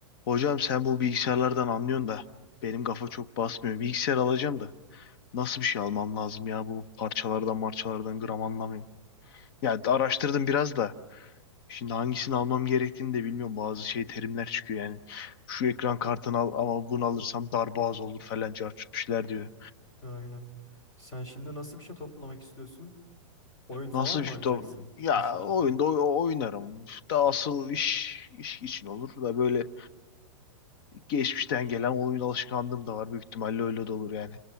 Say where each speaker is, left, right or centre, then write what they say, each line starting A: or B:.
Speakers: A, on the left; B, on the left.
A: Hocam sen bu bilgisayarlardan anlıyorsun da benim kafa çok basmıyor. Bilgisayar alacağım da nasıl bir şey almam lazım ya bu parçalardan marçalardan gram anlamıyorum. Ya da araştırdım biraz da şimdi hangisini almam gerektiğini de bilmiyorum. Bazı şey terimler çıkıyor yani. Şu ekran kartını al ama bunu alırsam darboğaz olur falan cartçutmuşlar diyor.
B: Aynen. Sen şimdi nasıl bir şey toplamak istiyorsun? Oyun falan
A: Nasıl
B: mı
A: bir şey?
B: oynayacaksın?
A: Ya
B: İş için
A: oyunda
B: mi?
A: o- o- oynarım. Da asıl iş, iş için olur da böyle geçmişten gelen oyun alışkanlığım da var. Büyük ihtimalle öyle de olur yani.